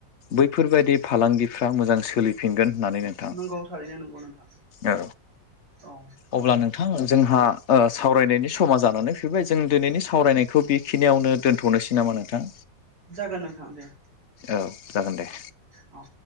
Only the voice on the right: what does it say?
नंगौ थारैनो नंगौ नोंथां
औ।
जागोन नोंथां दे।
औ।